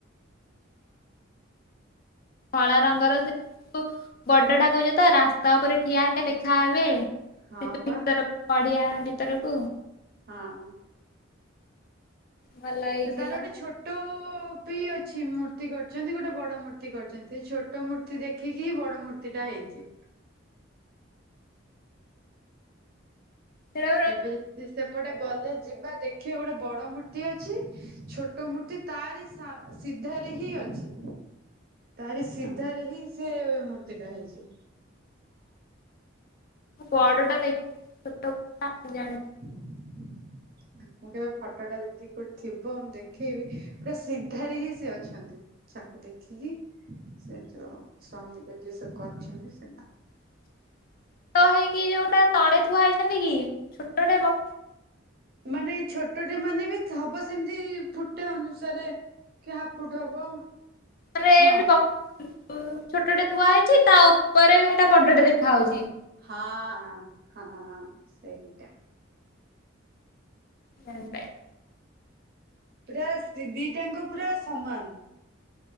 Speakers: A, on the left; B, on the right.
A: କଳା ରଙ୍ଗର ସେ ବଡ ଟା କହୁଛ ତ ରାସ୍ତା ଉପରେ ଠିଆ ହେଲେ ଦେଖାହେବେ।
B: ହଁ
A: ଭିତରକୁ
B: ପା
A: ପଡିଆ ଭିତରକୁ।
B: ହଁ।
A: ଭଲ ହେଇଛି
B: ତାର ଗୋଟେ ଛୋଟ- ବି ଅଛି ମୂର୍ତ୍ତି କରିଛନ୍ତି ଗୋଟେ ବଡ ମୂର୍ତ୍ତି କରିଛନ୍ତି। ଛୋଟ ମୂର୍ତ୍ତି ଦେଖିକି ହି ବଡ ମୂର୍ତ୍ତି- ସେଟା ହେଇଛି।
A: ସେଟା ପୁରା
B: କେବେ ଯଦି ସେପଟେ ଗଲେ ଯିବା ଦେଖି। ଖିଆ ଗୋଟେ ବଡ ମୂର୍ତ୍ତି ଅଛି। ଛୋଟ ମୂର୍ତ୍ତି ତାରି ସା ସିଧାରେ ହିଁ ଅଛି। ତାରି ସିଧାରେ ହିଁ ସେ ମୂର୍ତ୍ତିଟା ହେଇଚି।
A: ବଡଟା ଦେଖି ଛୋଟଟା ଜାଣି
B: <inaudible> ମୁଁ କେବେ ଫଟଟା ଯଦି କୋଉଠି ଥିବ। ମୁଁ ଦେଖେଇବି ପୁରା ସିଧାରେ ହିଁ ସେ ଅଛନ୍ତି। ଚାକୁ <unintelligible> ଦେଖିକି ସେ ଯୋଉ ଶ୍ରମିକ ଯିଏ ସବୁ କରିଛନ୍ତି ସେମାନେ।
A: <inaudible> <unintelligible> ହେଇକି ଯୋଉଟା ତଳେ ଥୁଆ ହେଇଚନ୍ତି କି ଛୋଟଟେ ବ
B: ମାନେ ଛୋଟଟେ ମାନେ ବି ହବ ସେମିତି ଫୁଟେ ଅନୁସାରେ କି ହାପ୍ ଫୁଟ ହବ।
A: ମାନେ
B: ହଁ
A: ଏମିତି <unintelligible> ଛୋଟଟେ ଥୁଆ ହେଇଚି ତା ଉପରେ ବି ହେଟା ବଡଟେ ଦେଖା ହୋଉଚି।
B: ହଁ ହଁ ସେଇଟା।
A: ଜାଣି ପାଇ
B: ପୁରା ସେ ଦିଟାଙ୍କ ପୁରା ସମାନ।